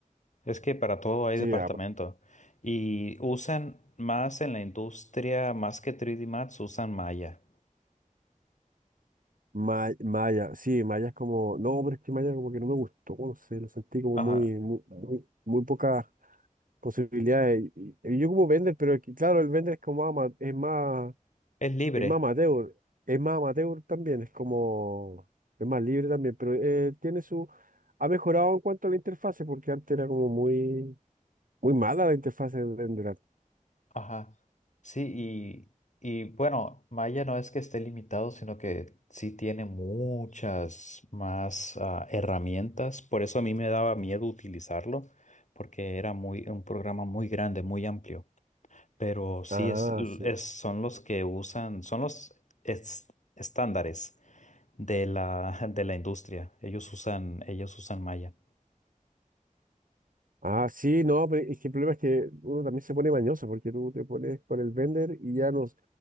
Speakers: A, on the left; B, on the right.
A: Es que para todo hay
B: Sí,
A: departamento. Y usan más en la industria, más que 3D Max, usan Maya.
B: Ma- Maya, sí, Maya es como, no, pero es que Maya como que no me gustó, no sé, lo sentí como
A: Ajá.
B: muy, muy, muy, muy pocas posibilidades. Y, y yo como vender, pero es que, claro, el vender es como ama- es más,
A: Es libre.
B: es más amateur, es más amateur también, es como, es más libre también, pero eh, tiene su, ha mejorado en cuanto a la interfase, porque antes era como muy, muy mala la interfase de vender.
A: Ajá. Sí, y, y bueno, Maya no es que esté limitado, sino que sí tiene muchas más ah, herramientas. Por eso a mí me daba miedo utilizarlo, porque era muy, un programa muy grande, muy amplio. Pero sí
B: Ah,
A: es,
B: sí.
A: es- son los que usan, son los es- estándares. de la, <laughs> de la industria. Ellos usan, ellos usan malla.
B: Ah, sí, no, pero es que el problema es que uno también se pone mañoso porque tú te pones con el vender y ya no,